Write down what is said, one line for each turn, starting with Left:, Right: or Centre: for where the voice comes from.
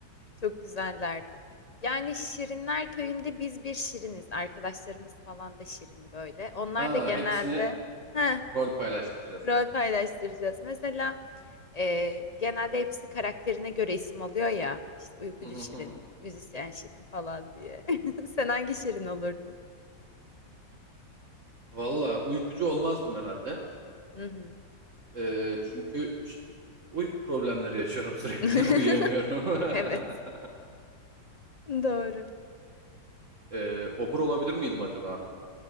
Left: Çok güzellerdi. Yani Şirinler Köyü'nde biz bir şiriniz. Arkadaşlarımız falan da şirin böyle. Onlar
Right: Ha
Left: da genelde
Right: hepsine
Left: heh,
Right: rol paylaştıracağız.
Left: rol paylaştıracağız. Mesela e, genelde hepsi karakterine göre isim alıyor ya. İşte uykucu
Right: <laughs>
Left: şirin, müzisyen şirin falan diye. <laughs> Sen hangi şirin olurdun?
Right: Valla uykucu olmazdım herhalde.
Left: Hı hı.
Right: Ee, çünkü ş- uyku problemleri yaşıyorum sürekli.
Left: <laughs>
Right: <laughs> Uyuyamıyorum.
Left: Evet.
Right: <laughs>
Left: Doğru.
Right: Ee, obur olabilir miydim acaba?